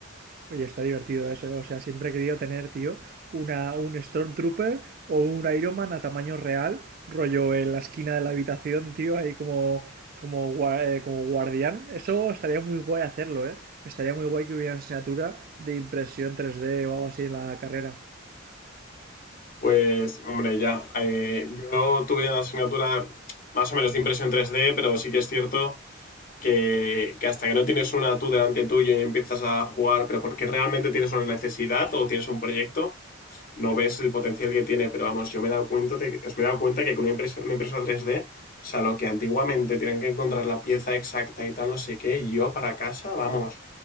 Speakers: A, on the right; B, on the left.
A: Oye, está divertido eso, ¿eh? o sea, siempre he querido tener, tío, una, un Stormtrooper o un Iron Man a tamaño real, rollo en la esquina de la habitación, tío, ahí como, como, gua- eh, como guardián. Eso estaría muy guay hacerlo, ¿eh? Estaría muy guay que hubiera asignatura de impresión tres d o algo así en la carrera.
B: Pues, hombre, ya. eh, yo tuve una asignatura más o menos de impresión 3D, pero sí que es cierto que, que hasta que no tienes una tú delante tuya y empiezas a jugar, pero porque realmente tienes una necesidad o tienes un proyecto, no ves el potencial que tiene. Pero vamos, yo me he dado cuenta, de- me he dado cuenta que con una impresa, una impresa tres d o sea, lo que antiguamente tenían que encontrar la pieza exacta y tal, no sé qué, y yo para casa, vamos.